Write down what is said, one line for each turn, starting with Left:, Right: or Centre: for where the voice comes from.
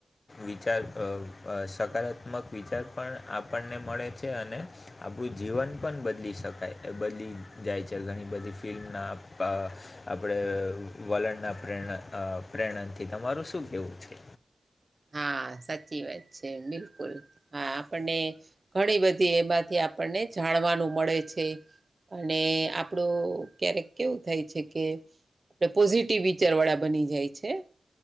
Left: વિચાર અ અ સકારાત્મક વિચાર પણ આપણને મળે છે, અને આપણું જીવન પણ બદલી શકાય, બદલી જાય છે, ઘણી બધી ફિલ્મના અ આપણે વલણના પ્રેમના પ્રેણથી તમારું શું કેવું છે?
Right: હા સાચી વાત છે, બિલકુલ હા આપણને ઘણી બધી એમાંથી આપણને જાણવાનું મળે છે. અને આપણું ક્યારેક કેવું થાય છે કે આપણે પોઝિટિવ વિચાર વાળા બની જાય છે,